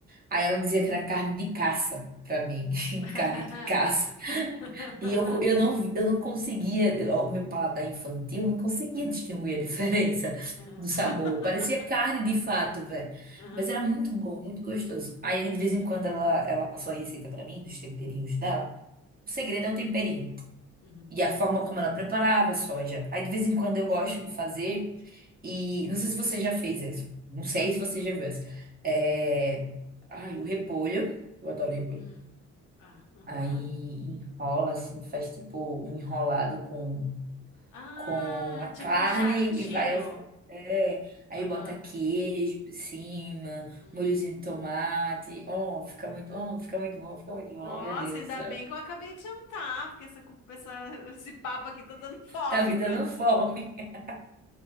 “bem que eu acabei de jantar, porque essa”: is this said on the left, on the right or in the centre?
Left